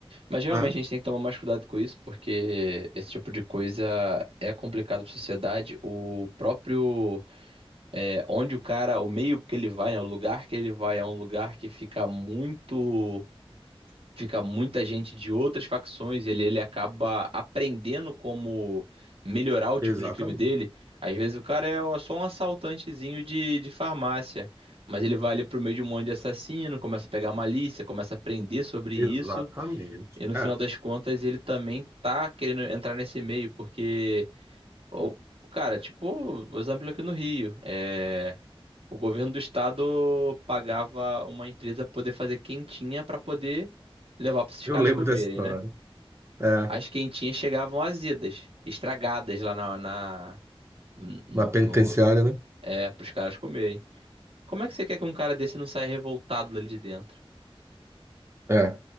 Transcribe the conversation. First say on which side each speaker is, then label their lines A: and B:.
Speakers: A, on the right; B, on the right.
A: Mas realmente
B: né?
A: a gente tem que tomar mais cuidado com isso, porque esse tipo de coisa é complicado para a sociedade. O próprio. É, onde o cara, o meio que ele vai, né, o lugar que ele vai é um lugar que fica muito, fica muita gente de outras facções, ele, ele acaba aprendendo como melhorar o tipo
B: Exatamente,
A: de crime dele. Às vezes o cara é só um assaltantezinho de, de farmácia, mas ele vai ali pro meio de um monte de assassino, começa a pegar malícia, começa a aprender sobre isso,
B: exatamente.
A: e no final
B: É.
A: das contas ele também tá querendo entrar nesse meio, porque, o- cara, tipo, o exemplo aqui no Rio, é. O governo do estado pagava uma empresa pra poder fazer quentinha pra poder levar pra esses
B: Eu
A: caras
B: lembro
A: comerem,
B: dessa história.
A: né?
B: É,
A: As quentinhas chegavam azidas, estragadas lá na, na no,
B: na penitenciária,
A: no
B: né?
A: é pros caras comerem. Como é que você quer que um cara desse não saia revoltado ali de dentro?
B: É.